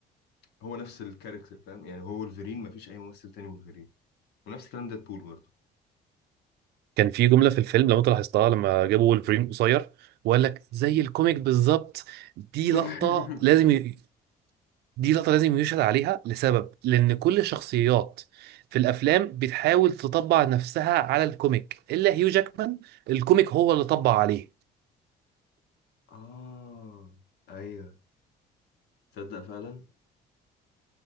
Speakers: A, on the left; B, on the right.
A: هو نفس الكاركتر فاهم يعني هو ولفرين مفيش اي ممثل تاني ولفرين ونفس الكلام ديد بول برضه
B: كان في جمله في الفيلم لو انت لاحظتها لما جابوا وولفرين قصير وقال لك زي الكوميك بالظبط دي
A: <laughs>
B: لقطه لازم ي... دي لقطه لازم يشهد عليها لسبب لان كل الشخصيات في الافلام بتحاول تطبع نفسها على الكوميك الا هيو جاكمان الكوميك هو اللي طبع عليه
A: اه ايوه تصدق فعلا